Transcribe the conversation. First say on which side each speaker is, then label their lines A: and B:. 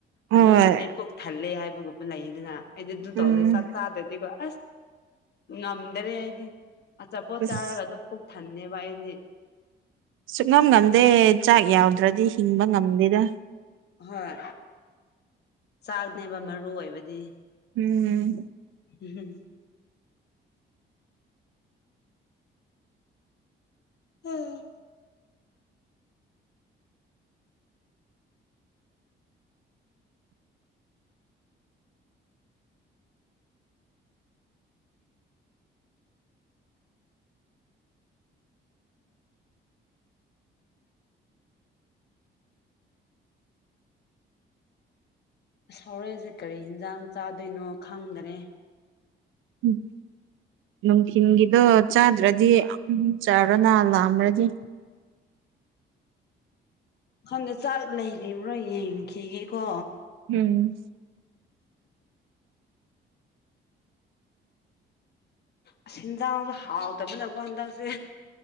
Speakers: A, on the right; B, on the left.
A: ꯍꯣꯏ
B: ꯑꯗꯨꯅ ꯑꯩ ꯄꯨꯛ ꯊꯜꯂꯦ ꯍꯥꯏꯕꯒꯨꯝ ꯃꯂꯩꯗꯅ ꯑꯩꯗꯤ ꯑꯗꯨ
A: ꯎꯝ
B: ꯇꯧꯗ ꯆꯥꯛ ꯆꯥꯗ꯭ꯔꯗꯤꯕ ꯑꯁ ꯉꯝ ꯗꯔꯦ ꯑꯩꯗꯤ ꯑꯆꯥꯄꯣꯠ
A: ꯑꯁ
B: ꯆꯥꯔꯒ ꯑꯗꯨꯝ ꯄꯨꯛ ꯊꯟꯅꯦꯕ ꯑꯩꯗꯤ
A: ꯁꯨꯅꯝ ꯉꯝꯗꯦ ꯆꯥꯛ ꯌꯥꯎꯗ꯭ꯔꯗꯤ ꯍꯤꯡꯕ ꯉꯝꯗꯦꯗ
B: ꯍꯣꯏ ꯆꯥꯛꯅꯦꯕ ꯃꯔꯨ ꯑꯣꯏꯕꯗꯤ
A: ꯎꯝ
B: ꯎꯝ ꯎꯝ ꯁꯥꯎꯔꯦꯟꯁꯦ ꯀꯔꯤ ꯌꯦꯟꯖꯥꯡ ꯆꯥꯗꯣꯏꯅꯣ ꯈꯪꯗꯔꯦ
A: ꯎꯝ ꯅꯨꯡꯊꯤꯜꯒꯤꯗꯣ ꯆꯥꯗ꯭ꯔꯗꯤ ꯆꯥꯔꯣꯅ ꯂꯥꯛꯑ꯭ꯔꯗꯤ
B: ꯍꯟꯗ ꯆꯥꯛ ꯂꯩꯔꯤꯕ꯭ꯔꯣ ꯌꯦꯡꯈꯤꯒꯦ ꯀꯣ
A: ꯎꯝ
B: ꯑꯁ ꯍꯦꯟꯖꯥꯡꯁꯨꯣ ꯍꯥꯎꯗꯕꯅꯀꯣ ꯍꯟꯗꯛꯁꯦ